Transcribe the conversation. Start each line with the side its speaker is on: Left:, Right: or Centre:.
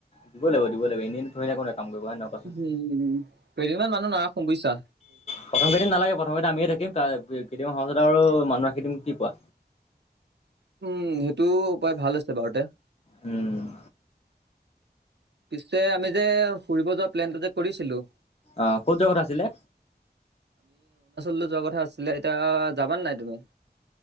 Left: দিব লাগিব দিব লাগিব এনেই থুৰি না কোনোবা কাম কৰিব হয় ন কোৱাচোন
Right: উম কেইদিনমান মানুহ নাৰাখো বুইছা
Left: প্ৰথম কেইদিন নালাগে প্ৰথম কেইটা আমিয়ে থাকিম ত কেইদিন সহজ আৰু মানুহ ৰাখি দিম কি কোৱা
Right: উম সেইটো উপায় ভাল আছে বাৰুতে
Left: উম
Right: পিছে আমি যে ফুৰিব যোৱা প্লেনটো যে কৰিছিলো
Left: আহ ক'ত যোৱা কথা আছিলে।
Right: ল যোৱা কথা আছিলে এতিয়া যাবানে নাই তুমি।